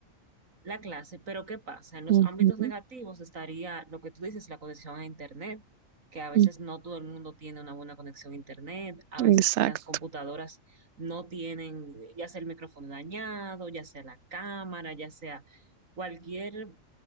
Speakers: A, on the right (about 80°); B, on the right (about 65°).
A: la clase, pero ¿qué pasa? En los
B: ujú,
A: ámbitos negativos estaría lo que tú dices, la conexión a Internet, que a veces
B: ujú,
A: no todo el mundo tiene una buena conexión a Internet, a veces
B: Exacto,
A: las computadoras no tienen, ya sea el micrófono dañado, ya sea la cámara, ya sea cualquier